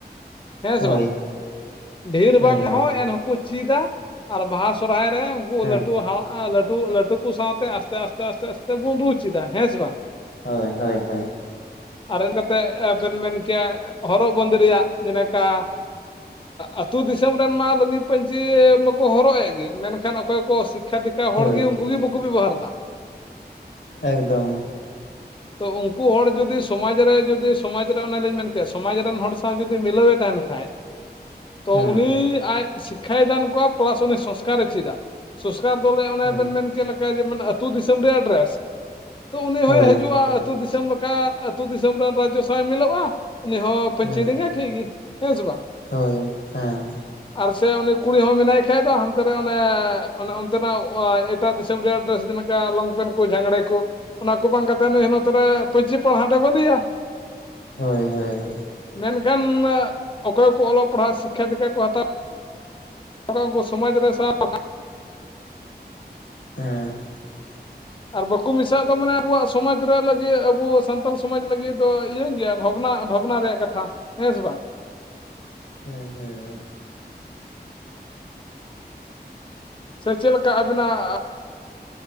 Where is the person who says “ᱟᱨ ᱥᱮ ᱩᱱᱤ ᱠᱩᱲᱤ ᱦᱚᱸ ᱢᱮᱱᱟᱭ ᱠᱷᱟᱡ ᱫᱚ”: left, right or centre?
Left